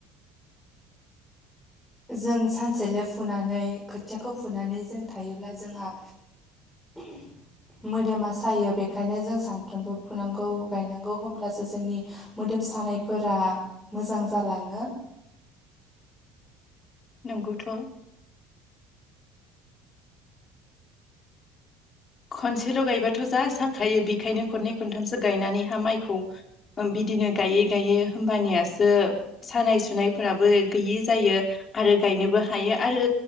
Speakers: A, in the centre; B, on the left.
A: जों सानसेले फुनानै खोथियाखौ फुनानै जों थायोब्ला जोंहा उम मोदोमा सायो बेखायनो जों सानफ्रोमबो फुनांगौ गायनांगौ होमब्लासो जोंनि। मोदोम सानायफोरा मोजां जालाङो।
B: नोंगौथ'। खनसेल' गायबाथ' जा साखायो बेखायनो खननै खनथामसो गायनानैहा माइखौ बिदिनो गायै गायै होमबानियासो सानाय सुनायफोराबो गैयि जायो। आरो गायनोबो हायो आरो